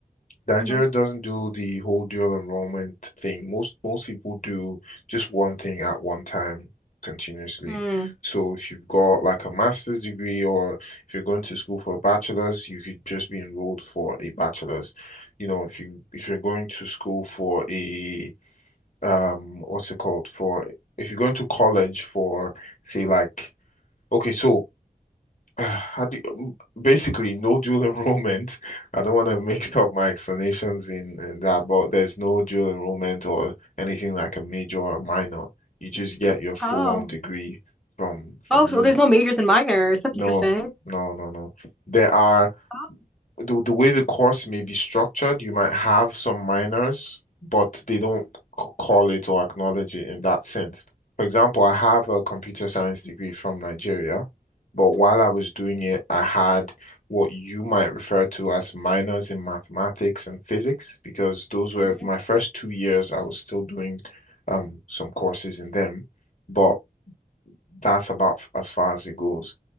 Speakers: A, on the left (about 50°); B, in the centre.
A: Nigeria
B: hmm
A: doesn't do the whole dual enrollment thing. Most most people do just one thing at one time continuously.
B: Mm.
A: So if you've got like a master's degree or if you're going to school for a bachelor's, you could just be enrolled for a bachelor's. You know, if you if you're going to school for a um, what's it called? For if you're going to college for say like Okay, so <sighs> uh, how do you, basically no dual enrollment. I don't want to mix up my explanations in, in that, but there's no dual enrollment or anything like a major or minor. You just get your full-on
B: Oh,
A: degree from from
B: oh, so
A: uni.
B: there's no majors and minors. That's
A: No,
B: interesting.
A: no, no, no. There are
B: Oh.
A: the the way the course may be structured, you might have some minors, but they don't c- call it or acknowledge it in that sense. For example, I have a computer science degree from Nigeria, but while I was doing it, I had what you might refer to as minors in mathematics and physics, because those were
B: Mhm.
A: my first two years. I was still doing um, some courses in them, but that's about f- as far as it goes